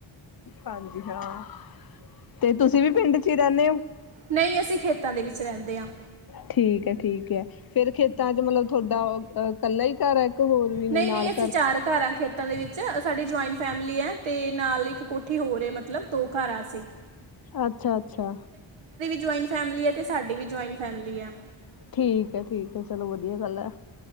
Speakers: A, on the left; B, on the right.
A: ਹਾਂਜੀ ਹਾਂ, ਤੇ ਤੁਸੀਂ ਵੀ ਪਿੰਡ ਚ ਹੀ ਰਹਿਨੇ ਔ।
B: ਨਹੀਂ ਅਸੀਂ ਖੇਤਾਂ ਦੇ ਵਿੱਚ ਰਹਿੰਦੇ ਆਂ।
A: ਠੀਕ ਹੈ ਠੀਕ ਹੈ ਫੇਰ ਖੇਤਾਂ ਚ ਮਤਲਬ ਤੁਹਾਡਾ ਕੱਲਾ ਹੀ ਘਰ ਹੈ। ਹੋਰ ਵੀ ਨੇ
B: ਨਹੀਂ
A: ਨਾਲ
B: ਨਹੀਂ ਅਸੀਂ ਚਾਰ ਘਰ ਹਾਂ ਖੇਤਾਂ ਦੇ ਵਿੱਚ ਸਾਡੀ ਜੁਆਇੰਟ ਫੈਮਿਲੀ ਹੈ। ਤੇ ਨਾਲ ਇੱਕ ਕੋਠੀ ਹੋਰ ਏ। ਮਤਲਬ ਦੋ ਘਰ ਆਂ ਅਸੀ।
A: ਅੱਛਾ-ਅੱਛਾ
B: ਜੁਆਇੰਟ ਫੈਮਿਲੀ ਆ ਤੇ ਸਾਡੀ ਵੀ ਜੁਆਇੰਟ ਫੈਮਿਲੀ ਆ
A: ਠੀਕ ਹੈ- ਠੀਕ ਹੈ ਚਲੋ ਵਧੀਆ ਗੱਲ ਹੈ